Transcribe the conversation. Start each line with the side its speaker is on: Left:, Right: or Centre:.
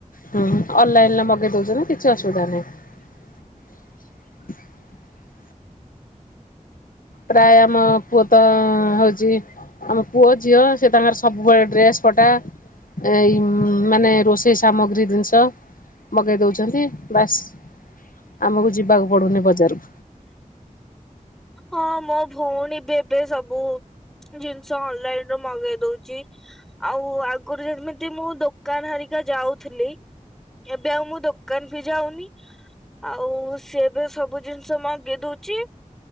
Left: ହଁ ଅନଲାଇନରେ ମଗେଇ ଦଉଛ ନା କିଛି ଅସୁବିଧା ନାହିଁ। <unintelligible> ପ୍ରାୟ ଆମ ପୁଅତ ହଉଛି ଆମ ପୁଅ ଝିଅ ସେ ତାଙ୍କର ସବୁବେଳେ ଡ୍ରେସ୍ ପଟା ଏ ମାନେ ରୋଷେଇ ସାମଗ୍ରୀ ଜିନିଷ ମଗାଇ ଦେଉଛନ୍ତି। ବାସ୍ ଆମକୁ ଯିବାକୁ ପଡୁନି ପଚ ଜରୁ
Centre: ହଁ ମୋ ଭଉଣୀ ବି ଏବେ ସବୁ ଜିନିଷ ଅନଲାଇନ ରୁ ମଗେଇ ଦଉଛି ଆଉ ଆଗରୁ ଯେମିତି ମୁଁ ଦୋକାନ ହାରିକା ଯାଉଥିଲି ଏବେ ଆଉ ମୁଁ ଦୋକାନ ବି ଯାଉନି ଆଉ ସ ଏବେ ସବୁ ଜିନିଷ ମଗେଇ ଦଉଛି।